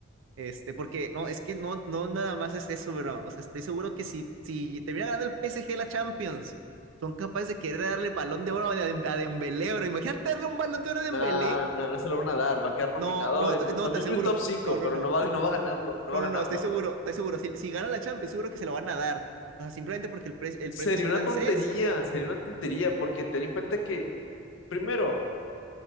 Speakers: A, on the right; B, on the left.
A: Este, porque no, es que no, no nada más es eso, bro. O sea, estoy seguro que si, si termina ganando el PSG la Champions, son capaces de querer darle el balón de oro a, Dem- a Dembélé, bro. Imagínate darle un balón de oro a Dembélé.
B: Nah, nah, no se lo van a dar. Va a quedar nominado
A: No, no,
B: en
A: no,
B: top,
A: te
B: yo
A: aseguro.
B: creo en top cinco
A: No, no,
B: pero
A: no.
B: no va, no va a ganarlo, no
A: No,
B: va a
A: no,
B: ganarlo.
A: no, estoy seguro, estoy seguro. Si, si gana la Champions, seguro que se lo van a dar. O sea, simplemente porque el, pre- el
B: Sería
A: premio es francés.
B: una tontería, sería una tontería, porque ten en cuenta que, primero,